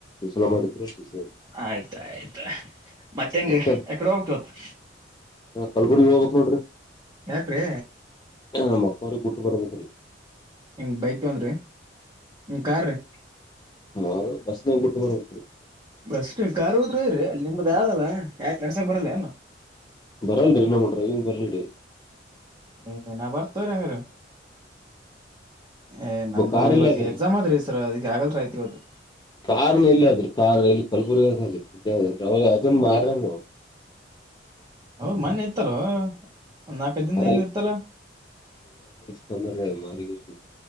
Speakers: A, on the left (about 25°); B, on the right (about 20°).
A: ಶಸಲ ಮಾಡಿದ್ರು ಸುಶೀಲಾ
B: ಆಯ್ತಾಯಯ್ತ ಮತ್ತ ಹೆಂಗ
A: ಮತ್ತೆ
B: ಎಕಡೆ ಹೋಗ್ಕ್ಕೆ ಹೊತ್ತು
A: ಕಲ್ಬುರ್ಗಿ ಹೋಗ್ಬೇಕ್ ನೋಡ್ರಿ
B: ಯಾಕ್ರೀ
A: ಹ ಮಕ್ಕ ಅವರು ಕೂಟ್ಟುಪರಬೇಕು
B: ಹಂಗ ಬೈಕ್ ತಗನ್್ರೀ ಕಾರ್್ರೀ
A: ಹ ಬಸ್ದ್ ಬಿಟ್ಟು ಬರ ಹೋಗು
B: ಬಸ್ ಕಾರ್ ಹದರುೂ ಇರಿ ಅಲ್ಲಿ ನಿಮ್ದ ಆದಲ್ಲ ಯಾಕೆ ನಡ್ಸಾಕ್ ಬರಲ್ಲ ನ
A: ಬರಲ್ರಿ ನಮಡ್ರಿ ಇಂಗ್ ಬರಲ್ರಿ
B: ಏ ನಾ ಬರ್ತವ್ರಿ ಹಂಗ್ರ ಏ್ ನಮ್ದು
A: ಕಾರಲ್ಲೇ
B: ಇವತ್
A: ಅದ್ರಿ
B: ಎಕ್ಸಾಮ್ ಆದ್ರಿ ಸರ್ ಅದಿಗೆ ಆಗಲ್ ಆಯತು ಇವತ್ತು
A: ಕಾರ್ನ್ ಇಲ್ಲ ಅದ್ರರು ಕಾರ್ ಎಲ್ಲಿ ಕಲ್ಬುರ್ಗ ಅವಾಗ ಅದನ್ ಮಾರ ನವು
B: <inaudible> ಹ ಮೊನ್ನೆ ಇತ್ತಲ್ವ ಒ್ ನಾಲ್ಕೈ
A: ಮಾರಿ
B: ದಿನದಿಂದ ಇತ್ತಲ
A: ತಂದಾರಿ ಅದನ್ನ ಮಾರಿ ಕೇಸಿನ್